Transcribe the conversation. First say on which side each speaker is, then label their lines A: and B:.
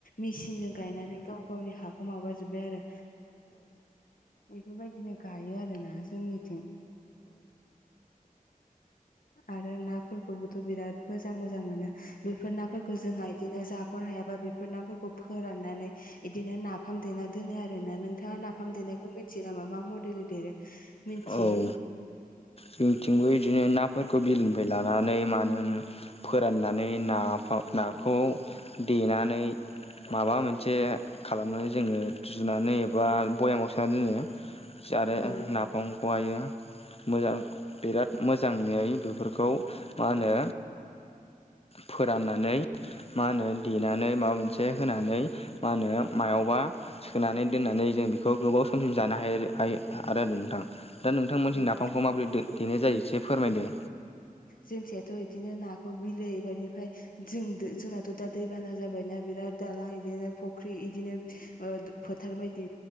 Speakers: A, on the left; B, on the left.
A: मिसिनजों गायनानै गाव गावनि हाखौ माबा बिबाय आरो बेफोरबायदिनो गायो आरोना जोंनिथिं आरो नाफोरखौबोथ' बिराद मोजां मोजां मोनो बेफोर नाफोरखौ जोंहा इदिनो जाख'नो हायाबा बे बेफोर नाफोरखौ फोराननानै बिदिनो नाफाम देना दोनो आरोना नोंथाङा नाफाम देनाय बेखौ मिथियो नामा मा मडेल देरो मिथियो
B: औ औ जोंथिंबो बिदिनो नाफोरखौ बिलोनिफ्राय लानानै मानो फोराननानै नाफाम नाखौ देनानै माबा मोनसे खालामनानै जोङो जुनानै एबा भयामाव सोनानै दोनो आरो
A: औ
B: नाफामखौहायो मोजां बिराद मोजाङै बेफोर खौ मा होनो फोराननानै मा होनो देनानै माबा मोनसे होनानै मा होनो मायावबा सोनानै दोननानै जों बेखौ गोबाव समसिम जानो हायो हायो आरो नोंथां दा नोंथांमोनथिं
A: औ
B: नाफामखौ माबोरै दो देनाय जायो एसे फोरमायदो
A: जोंथियाथ' बिदिनो नाखौ बिलो एबारनिफ्राय जों जोंनाथ' दा दैबाना जाबायना बिराद दालां बिदिनो फुख्रि बिदिनो ओ फोथार बायदि